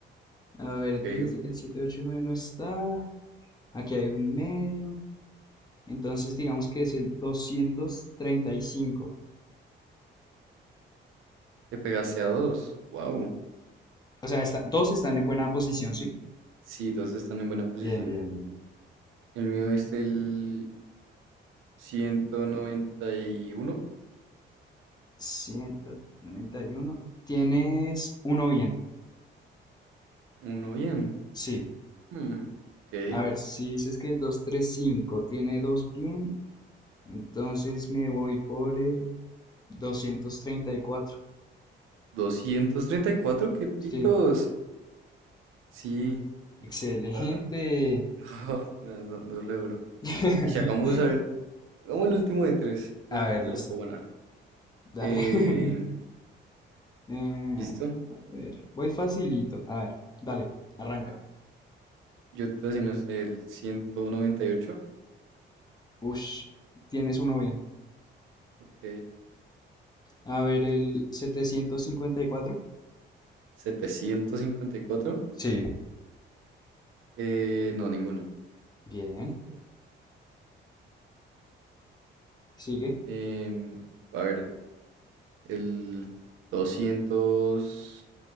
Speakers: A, on the left; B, on the right.
A: A ver, entonces
B: ok.
A: me dice que el setecientos ochenta y nueve no está. Aquí hay un medio. Entonces digamos que es el doscientos treinta y cinco
B: Le pegaste a dos. Wow.
A: O sea, está- dos están en buena posición, ¿sí?
B: Sí, dos están en buena posición.
A: Bien, bien, bien.
B: El mío es el 191.
A: ciento noventa y uno Tienes uno bien.
B: Uno bien.
A: Sí.
B: Hmm, ok.
A: A ver, si dices que el doscientos treinta y cinco tiene dos bien, Entonces me voy por el 234.
B: 234, qué pitos.
A: Sí,
B: Sí,
A: excelente.
B: ¿qué te pasa? <laughs> No, me vas dando re duro.
A: <laughs>
B: Ay, ya vamos a ver. Hagamos el último de tres.
A: A
B: Este
A: ver,
B: te
A: listo.
B: lo puedo ganar.
A: Dale.
B: Eh,
A: <laughs> Eh,
B: ¿listo?
A: a ver, voy facilito. A ver, dale, arranca.
B: Yo te voy a decir, no sé, el 198.
A: Ush, tienes uno bien.
B: Ok.
A: A ver, el 754.
B: 754.
A: Sí,
B: Eh, no, ninguno.
A: Bien. Sigue.
B: Em, a ver, el doscientos